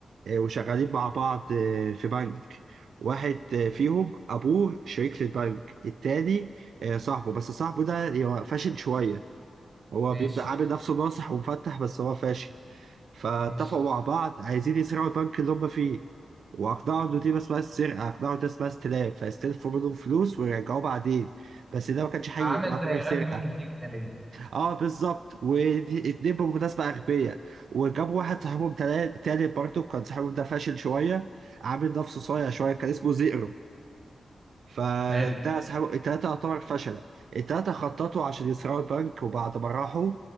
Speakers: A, on the right; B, on the right.
A: آه، وشغالين مع بعض آه، في بنك واحد آه، فيهم أبوه شريك في البنك التاني آه، صاحبه بس صاحبه ده هو فاشل شوية هو
B: ماشي
A: بيبدأ عامل نفسه ناصح ومفتح بس هو فاشل فاتفقوا
B: ماشي
A: مع بعض عايزين يسرقوا البنك اللي هم فيه وأقنعوا إن دي اسمها السرقة أقنعوا إن ده اسمها استلاف فاستلفوا منهم فلوس ويرجعوه بعدين بس ده ما كانش حقيقي
B: عمل
A: ده يعتبر
B: زي غبي
A: سرقة
B: منه فيه كده ليه؟
A: اه بالظبط ودي اتنين بالمناسبة أغبياء وجابوا واحد صاحبهم تلا- تالت برضه كان صاحبهم ده فاشل شوية عامل نفسه صايع شوية كان اسمه زئرو فده
B: حلو
A: صاحبه التلاتة يعتبر فشلة التلاتة خططوا عشان يسرقوا البنك وبعد ما راحوا